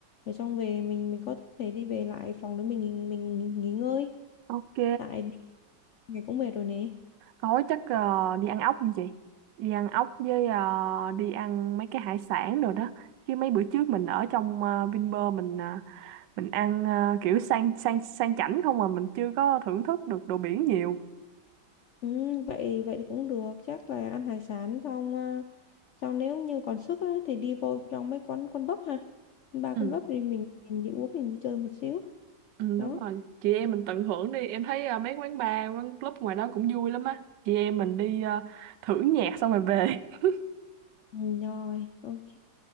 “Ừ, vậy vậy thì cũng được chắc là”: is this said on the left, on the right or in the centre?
Left